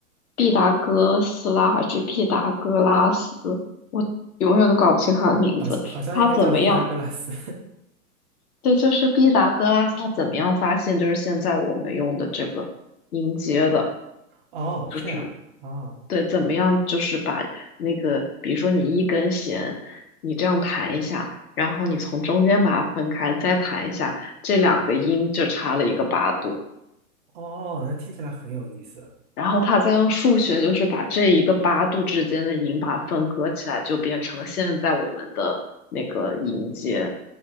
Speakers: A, on the left; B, on the right.
A: 毕达哥斯拉还是毕达哥拉斯，我永远都搞不清他的名字。
B: <laughs> 好好像应该叫毕达哥拉斯
A: 他怎么样？对，就是毕达哥拉斯，他怎么样发现就是现在我们用的这个音阶的？
B: <laughs> 哦，
A: 就是。
B: 这样哦
A: 对，怎么样就是把那个，比如说你一根弦，你这样弹一下，然后你从中间把它分开，再弹一下，这两个音就差了一个八度，
B: 哦，那听起来很有意思
A: 然后他再用数学就是把这一个八度之间的音把它分割起来，就变成了现在我们的那个音阶，